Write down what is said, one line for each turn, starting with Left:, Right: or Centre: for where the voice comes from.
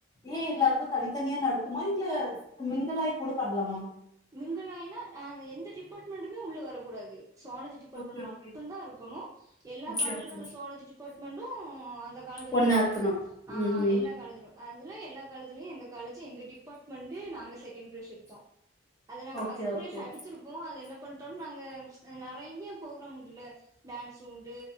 Left: ஏ எல்லாருக்கு தனித்தனியா நடக்குமா இல்ல மிங்குளாய் கூட பண்ணலாமா
Right: மிங்குளாய்னா அ எந்த டிபார்ட்மெண்ட்மே உள்ள வரக்கூடாது சோலஜி டிபார்ட்மெண்ட்
Left: ஓகே
Right: மட்டு
Left: ஓகே
Right: தா இருக்கணு எல்லா
Left: ஓகே
Right: காலஜ்ல
Left: ஓகே
Right: உள்ள சோலஜி டிபார்ட்மென்டு அந்த கா லேஜ்ல வரைக்கு
Left: ஒன்னா
Right: பண்ணாங்க
Left: இருக்கணு
Right: ஆ
Left: ம் ம்.
Right: எல்லா காலேஜ்ல அதுல எல்லா காலஜ்லயு எங்க காலேஜ்ஜு எங்க டிபார்ட்மெண்ட்டு நாங்க <unintelligible> அது நாங்க
Left: ஓகே
Right: ஃபஷ்ட் ப்ரைஸ்
Left: ஓகே
Right: அடிச்சுருப்போ அது என்ன பண்ட்டோ நாங்க நா நறைய போக்ராம் உண்டுல்ல டான்ஸ் உண்டு